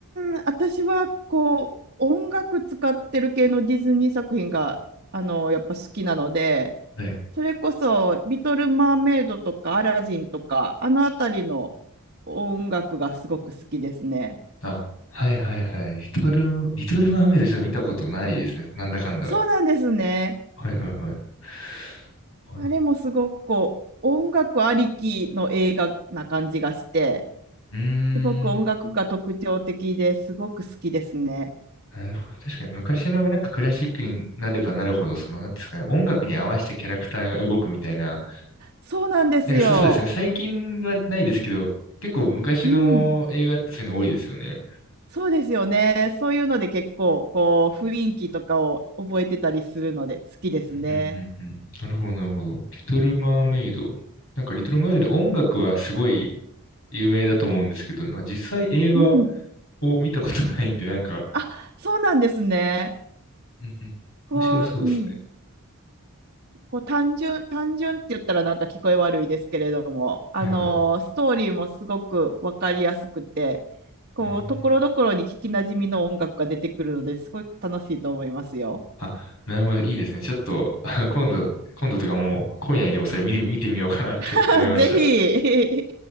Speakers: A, on the right; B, on the left.
A: ーん、私はこう、音楽使ってる系のディズニー作品が、あの、やっぱ好きなので、
B: はい。
A: それこそ、リトル・マーメイドとか、アラジンとか、あのあたりの音楽がすごく好きですね。
B: あ、はいはいはい。リトル、リトルマーメイドちょっと見たことないですね。なんだかんだ。
A: そうなんですね。
B: はいはいはい。なる
A: あれもすごくこう、音楽ありきの映画な感じがして、
B: うー
A: すごく音楽が特徴的ですごく好きですね。
B: ん。なるほど。確かに昔のなんかクラシックになればなるほど、その、なんていうんですかね、音楽に合わせてキャラクターが動くみたいな、
A: そうなんですよ。
B: なんかそ、そうですね。最近はないですけど、結構昔の映画ってそういうの多いですよね。
A: うん。そうですよね。そういうので結構、こう、雰囲気とかを覚えてたりするので好きですね。
B: うんうんうんうん。なるほど、なるほど。リトル・マーメイド。なんかリトル・マーメイド音楽はすごい有名だと思うんですけど、なんか実際映画
A: うん。
B: を見たことないんで、なんか、
A: あ、そうなんですね。
B: うんうん面白そうですね。
A: こう、うん、こう単純、単純って言ったらなんか聞こえ悪いですけれども、
B: はいはい。
A: あのーストーリーもすごく分かりやすくて、こう、
B: うん。
A: ところどころに聞きなじみの音楽が出てくるのですごく楽しいと思いますよ。
B: あ、なるほど、いいですね。ちょっと、あの、今度、今度というかもう、今夜にでもそれ見てみ、見てみようかなって思いました。
A: <laughs> ぜひ